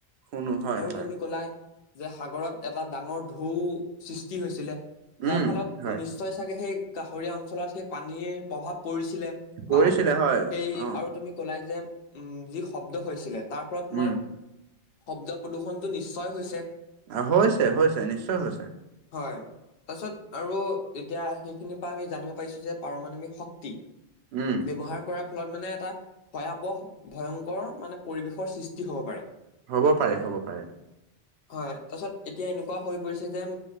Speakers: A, on the right; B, on the left.
A: শুনো হয়,
B: আৰু
A: হয়,
B: তুমি কলাই যে সাগৰত এটা ডাঙৰ ঢৌ সৃষ্টি হৈছিলে। যাৰ
A: উম,
B: ফলত
A: হয়,
B: নিশ্চয় চাগে সেই কাষৰীয়া অঞ্চলত সেই পানীৰ প্ৰভাৱ পৰিছিলে।
A: কৰিছিলে
B: বা
A: হয়,
B: সেই
A: অ',
B: আৰু তুমি কলাই যে উম যি শব্দ হৈছিলে তাৰ ফলত তোমাৰ
A: উম,
B: শব্দ প্ৰদূৰ্ষনটো নিশ্চয় হৈছে।
A: অ' হৈছে হৈছে নিশ্চয় হৈছে।
B: হয়। তাৰছত আৰু এতিয়া সেইখিনিৰ পৰা আমি জানিব পাৰিছো যে পাৰমাণৱিক শক্তি
A: উম,
B: ব্যৱহাৰ কৰা ফলত মানে এটা ভয়াৱহ ভয়ংকৰ মানে পৰিৱেশৰ সৃষ্টি হ'ব পাৰে।
A: হ'ব পাৰে হ'ব পাৰে।
B: হয়, তাৰছত এতিয়া এনেকুৱা হৈ পৰিছে যেন,